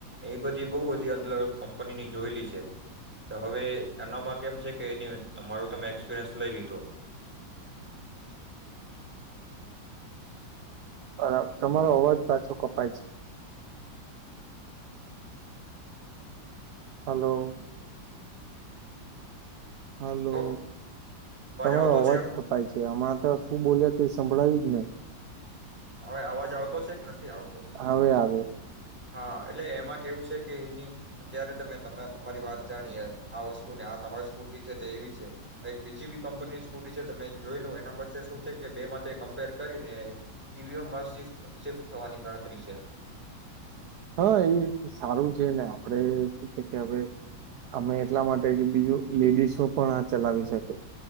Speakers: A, in the centre; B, on the right.
A: એ બધી બઉુ બધી અલગ કંપનીની જોયેલી છે તો હવે એનામાં કેમ છે કે એની તમારું તમે એક્સપિરિયન્સ લઈ લીધો
B: બરાબર તમારો અવાજ પાછો કપાય છે. હલો હલો
A: હા
B: તમારો
A: આવતો
B: અવાજ
A: છે
B: કપાય છે. કે આમાં ત શું બોલ્યા કંઈ સંભળાયું જ નહીં.
A: હવે અવાજ આવતો છે કે નથી આવતો?
B: હવે આવ્યો
A: હા એટલે એમાં કેવું છે કે એની અત્યારે તમે તમે તમારી વાત જાણીએ આ વસ્તુ ને આ તમારી સ્કૂટી છે તે એવી છે કાંઈક બીજી બી કંપનીની સ્કૂટી છે તમે જોઈ લું એના વચ્ચે શું છે કે બે માંથી કમ્પેર કરી. એ મળ શિફ્ટ થવાની ગણતરી છે.
B: હા એ સારું છે ને આપડે શું છે કે હવે અમે એટલા માટે કે બીજું લેડીસો પણ આ ચલાવી શકે